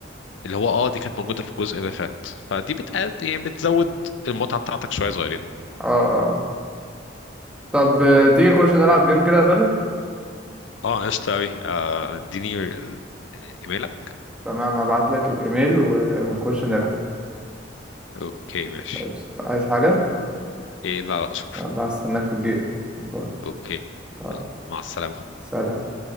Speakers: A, on the left; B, in the centre.
A: اللي هو اه دي كانت موجودة في الجزء اللي فات فدي بتقد يعني بتزود المتعة بتاعتك شوية صغيرين
B: اه اه طب آه، تيجي نخش نلعب جيم كده يا فالو
A: اه قشطة أوي آه، اديني ال- ايميلك
B: تمام هبعت لك الايميل و... ونخش نلعب
A: اوكي ماشي
B: عايز عايز حاجة
A: ايه لا لا شكرا
B: يلا هستناك في الجيم باي.
A: اوكي
B: آه،
A: يلا، مع السلامة
B: سلام